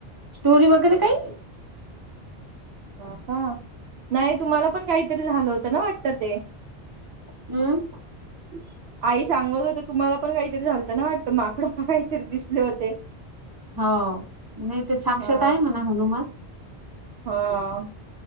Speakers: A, on the right (about 25°); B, on the right (about 75°).
A: स्टोरी वगैरे काही नाही.
B: हो का नाही तुम्हाला पण काहीतरी झालं होतं ना वाटत ते.
A: मम्म.
B: <inaudible> आई सांगत होते तुम्हाला पण काहीतरी झाल होतं ना वाटत माकड काहीतरी दिसले होते
A: हो नाही ते साक्षात
B: हा
A: आहे म्हणा हनुमान
B: हा